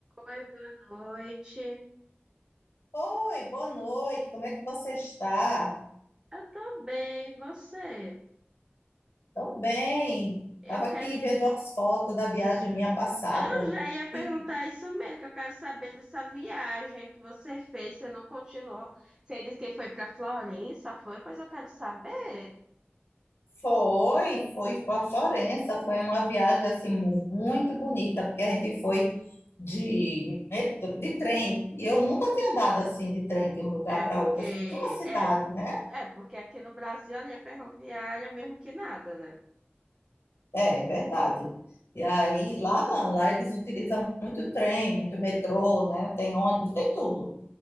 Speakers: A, on the right (about 20°); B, on the left (about 75°).
A: Oi, boa noite.
B: Oi, boa noite. Como é que você está?
A: Eu tô bem, e você?
B: Tô bem.
A: Eu
B: Tava aqui
A: quero.
B: vendo umas fotos da viagem minha passada.
A: Eu já ia perguntar
B: E
A: isso mesmo, que eu quero saber dessa viagem que você fez, você não continuou. Você disse que foi pra Florença, foi? Pois eu quero saber.
B: foi, foi para Florença. Foi uma viagem assim mu- muito bonita, porque a gente foi de metrô, de trem. E eu nunca tinha andado assim de trem de um lugar
A: É,
B: para
A: porque
B: outro, assim, de uma cidade,
A: é,
B: né?
A: é porque aqui no Brasil a linha ferroviária é mesmo que nada, né?
B: É, é verdade. E aí lá não, lá eles utilizam muito trem, muito metrô, né? Tem ônibus, tem tudo.